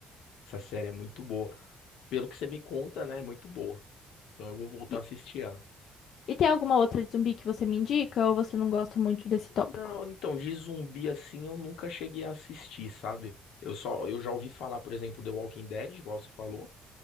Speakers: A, on the left; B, on the left.
A: essa série, é muito boa. Pelo que você me conta, né? É muito boa. Então eu vou voltar
B: E,
A: a assistir ela.
B: e tem alguma outra de zumbi que você me indica ou você não gosta muito desse
A: Não,
B: tópico?
A: então, de zumbi assim eu nunca cheguei a assistir, sabe? Eu só, eu já ouvi falar, por exemplo, The Walking Dead, igual você falou.